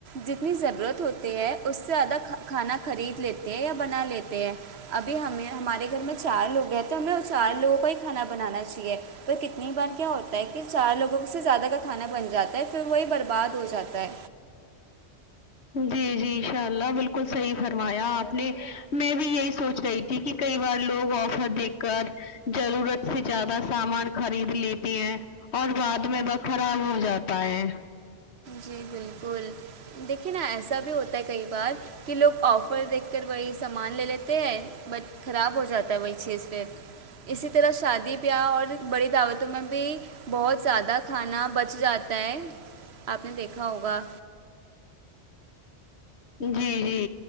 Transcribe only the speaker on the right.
جتنی ضرورت ہوتی ہے اس سے زیادہ کھانا خرید لیتے ہیں یا بنا لیتے ہیں ابھی ہمیں ہمارے گھر میں چار لوگ ہیں تو ہمیں وہ چار لوگوں کا ہی کھانا بنانا چاہیے تو کت کئی بار کیا ہوتا ہے کہ چار لوگوں سے زیادہ کا کھانا بن جاتا ہے پھر وہی برباد ہو جاتا ہے
جی بالکل دیکھیے نا ایسا بھی ہوتا ہے کئی بار کہ لوگ آفر دیکھ کر وہی سامان لے لیتے ہیں بٹ خراب ہو جاتا ہے وہی چیز پھر اسی طرح شادی بیاہ اور بڑی دعوتوں میں بھی بہت زیادہ کھانا بچ جاتا ہے آپ نے دیکھا ہوگا